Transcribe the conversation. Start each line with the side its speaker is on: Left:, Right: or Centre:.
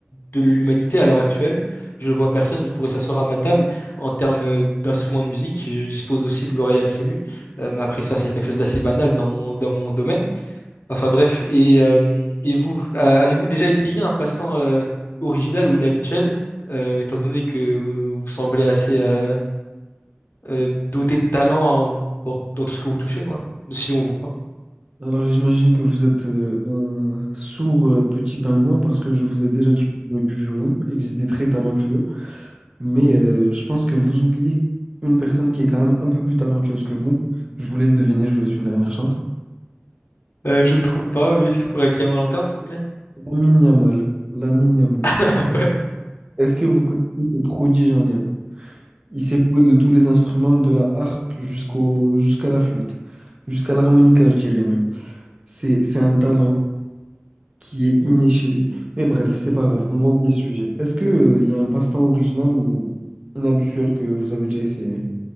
Left: de l'humanité à l'heure actuelle. Je vois personne qui pourrait s'asseoir à ma table en termes euh, d'instruments de musique. Je dispose aussi de l'oreille absolue. Euh, mais après ça, c'est quelque chose d'assez banal dans mon, dans mon domaine. Enfin bref, et, euh, et vous, euh, avez-vous déjà essayé un passe-temps euh, original ou inhabituel, euh, étant donné que euh, vous semblez assez euh, euh, doté de talent en- dans, dans tout ce que vous touchez, quoi, si on vous croit.
Right: Alors j'imagine que vous êtes euh, un sourd euh, petit pingouin parce que je vous ai déjà dit que je jouais du violon et que j'étais très talentueux. Mais euh, je pense que vous oubliez une personne qui est quand même un peu plus talentueuse que vous. Je vous laisse deviner, je vous laisse une dernière chance.
Left: Euh, je ne trouve pas, oui. Est-ce que vous pourriez créer ma lanterne, s'il vous plaît?
Right: Lamine Yamal. Lamine Yamal.
Left: <laughs>
Right: Est-ce que vous connaissez ce prodige en herbe? Il s'est joué de tous les instruments, de la harpe jusqu'au, jusqu'à la flûte, jusqu'à l'harmonica, je dirais même. C'est, c'est un talent qui est inné chez lui. Mais bref, c'est pas grave, on va oublier ce sujet. Est-ce que, euh, il y a un passe-temps original ou inhabituel que vous avez déjà essayé?